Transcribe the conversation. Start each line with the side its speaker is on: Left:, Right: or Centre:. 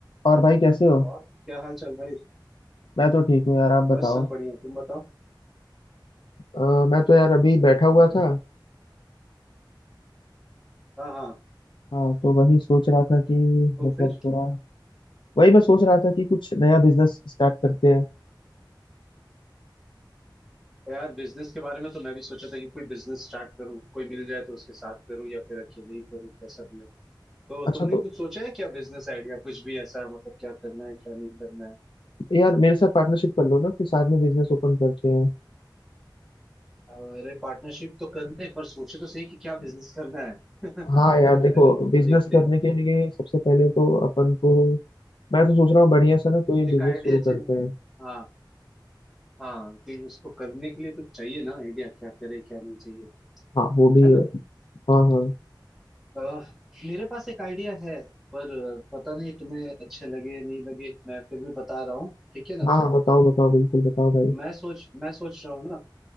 Left: और भाई कैसे हो
Centre: और क्या हाल चाल भाई
Left: मैं तो ठीक हूँ यार आप बताओ
Centre: बस सब बढ़िया तुम बताओ
Left: अ, मैं तो यार अभी
Centre: सब
Left: बैठा
Centre: बढ़िया
Left: हुआ था
Centre: हाँ हाँ
Left: हाँ तो वही सोच रहा था कि
Centre: तो
Left: मतलब
Centre: फिर
Left: थोड़ा वही मैं सोच रहा था कि कुछ नया बिजनेस स्टार्ट करते हैं
Centre: यार बिजनेस के बारे में तो मैं भी सोचा था कि कोई बिजनेस स्टार्ट करूँ कोई मिल जाए तो उसके साथ करूँ या फिर अकेले ही करूँ कैसा भी हो तो
Left: अच्छा
Centre: तुमने
Left: तो
Centre: कुछ सोचा है क्या बिजनेस आइडिया कुछ भी ऐसा मतलब क्या करना है क्या नहीं करना है
Left: यार मेरे साथ पार्टनरशिप कर लो ना फिर साथ में बिजनेस ओपन करते हैं
Centre: और अरे पार्टनरशिप तो कर ले पर सोचे तो सही कि क्या बिजनेस करना है <laughs>
Left: हाँ यार
Centre: पहले
Left: देखो
Centre: वो
Left: बिजनेस
Centre: तो देखते
Left: करने
Centre: हैं
Left: के लिए सबसे पहले तो अपन को मैं तो सोच रहा हूँ बढ़िया सा ना कोई
Centre: एक
Left: बिजनेस
Centre: आइडिया
Left: शुरू
Centre: चाहिए
Left: करते हैं
Centre: हाँ हाँ कि उसको करने के लिए कुछ चाहिए ना आइडिया क्या करे क्या नहीं चाहिए
Left: हाँ वो भी
Centre: है ना
Left: है हाँ हाँ
Centre: अह, मेरे पास एक आइडिया है पर अह, पता नहीं तुम्हें अच्छे लगे नहीं लगे मैं फिर भी बता रहा हूँ ठीक है ना
Left: हाँ हाँ, बताओ बताओ बिल्कुल बताओ भाई
Centre: मैं सोच मैं सोच रहा हूँ ना